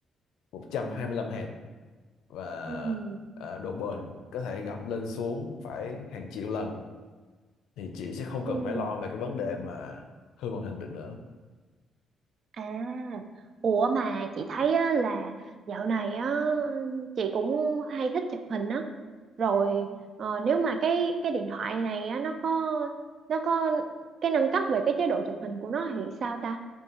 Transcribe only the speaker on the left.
125 Hz và
ờ, độ bền có thể gập lên xuống phải hàng triệu lần thì chị sẽ không cần
phải lo về cái vấn đề mà hư màn hình được nữa.